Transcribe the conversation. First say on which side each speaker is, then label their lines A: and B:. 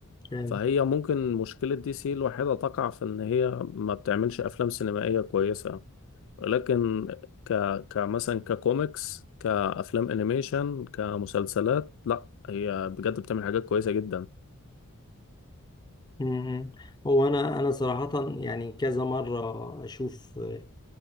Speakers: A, on the left (about 20°); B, on the left (about 60°).
A: فاهم
B: فهي ممكن مشكلة دي سي الوحيدة تقع في ان هي ما بتعملش افلام سينمائية كويسة لكن ك كمثلا ككوميكس كافلام انيميشن كمسلسلات لا هي بجد بتعمل حاجات كويسة جدا
A: مم. هو انا انا صراحه يعني كذا مره اشوف آه،